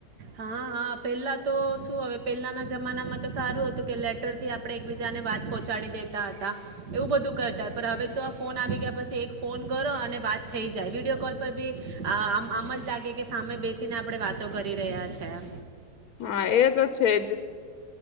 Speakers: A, on the right; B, on the left.
A: હા હા પહેલા તો શું હવે પહેલાના જમાનામાં તો સારું હતું કે લેટર થી આપડણે એકબીજાને વાત પહોંચાડી દેતા હતા એવું બધું કરતા પણ હવે તો આ ફોન આવી ગયા પછી એક ફોન કરો અને વાત થઈ જાય વિડીિયો કોલ પર બીમ આમ જ લાગે કે સામે બેસીને આપણે વાતો કરી <unintelligible> છે
B: હા એ તો છેજ